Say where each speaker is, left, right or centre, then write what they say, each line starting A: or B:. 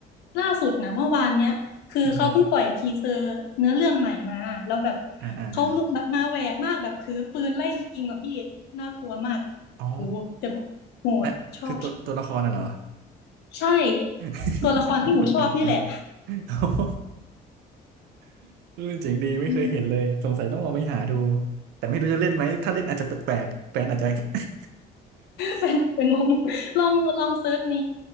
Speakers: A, on the left; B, on the right.
A: ล่าสุดนะเมื่อวานเนี้ยคือเขาเพิ่งปล่อยทีเซอร์เนื้อเรื่องใหม่มาแล้วแบบ
B: อือหืออ่าอ่าอ่า
A: เขาลุกแบบมาแหวกมากแบบถือปืนไล่ยิงแบบพี่น่ากลัวมากโหแต่แบบโหดชอบชอบ
B: อ๋ออ่ะคือตัวตัวละครน่ะเหรอ
A: ใช่
B: <laughs>
A: ตัวละครที่หนูชอบนี่แหละ
B: โอ้โห <laughs> เออเจ๋งดีไม่เคยเห็นเลยสงสัยต้องลองไปหาดู
A: อืม
B: แต่ไม่รู้จะเล่นไหมถ้าเล่นอาจจะแปลกๆแฟนอาจจะ <laughs>
A: เป็นเป็นงงลองลองเซิร์ชใน